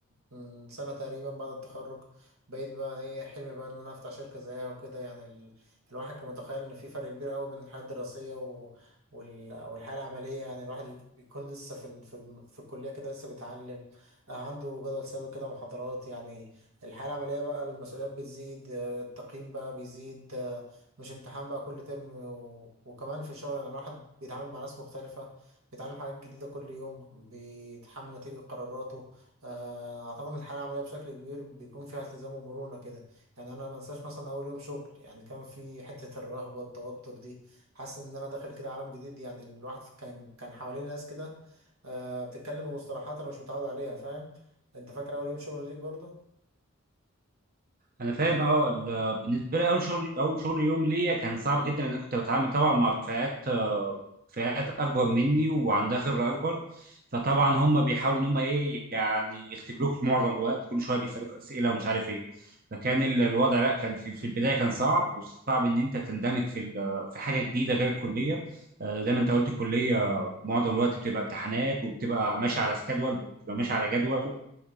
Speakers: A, on the right (about 85°); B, on the right (about 45°).
A: من سنه تقريبا بعد التخرج بقيت بقى ايه حلمي بقى ان انا افتح شركه زيها وكده يعني ال... الواحد كان متخيل ان في فرق كبير قوي بين الحياه الدراسيه و... وال... والحياه العمليه يعني الواحد بيكون لسه في ال... في, الم- في الكليه كده لسه بيتعلم آه، عنده جدول ثابت كده محاضرات يعني الحياة العملية بقى المسؤوليات بتزيد آه، التقييم بقى بيزيد آه، مش امتحان بقى كل ترم و... وكمان في الشغل يعني الواحد بيتعامل مع ناس مختلفة بيتعلم حاجات جديدة كل يوم بيتحمل نتيجة قراراته آه، أعتقد إن الحياة العملية بشكل كبير بيكون فيها التزام ومرونة كده يعني أنا ما أنساش مثلا أول يوم شغل يعني كان في حتة الرهبة والتوتر دي حاسس إن أنا داخل كده عالم جديد يعني الواحد كان كان حواليه ناس كده آه، بتتكلم بمصطلحات أنا مش متعود عليها فاهم أنت فاكر أول يوم شغل ليك برضه؟
B: انا فاهم اه ال- بالنسبه لي اول شغل اول شغل يوم ليا كان صعب جدا لان انا كنت بتعامل طبعا مع فئات آه، فئات اكبر مني وعندها خبره اكبر فطبعا هم بيحاولوا ان هم ايه يعني يختبروك معظم الوقت كل شويه بيسالوك اسئله ومش عارف ايه فكان ال- الوضع لا كان في, في البدايه كان صعب وصعب ان انت تندمج في ال- في حاجه جديده غير الكليه آه، زي ما انت قلت الكليه معظم الوقت بتبقى امتحانات وبتبقى ماشي على سكادول بتبقى ماشي على جدول